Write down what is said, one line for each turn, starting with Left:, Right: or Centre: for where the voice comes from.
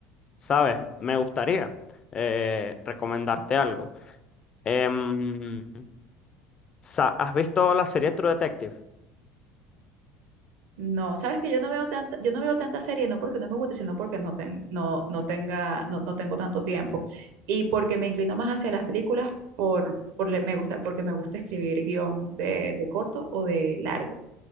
Left: ¿Sabes? Me gustaría eh, recomendarte algo. Em, sa- ¿has visto la serie True Detective?
Right: No, sabes que yo no veo tanta, yo no veo tanta serie, no porque no me guste, sino porque no, ten- no, no tenga, no, no tengo tanto tiempo. Y porque me inclino más hacia las películas por, por le- me gusta, porque me gusta escribir guión de, de corto o de largo.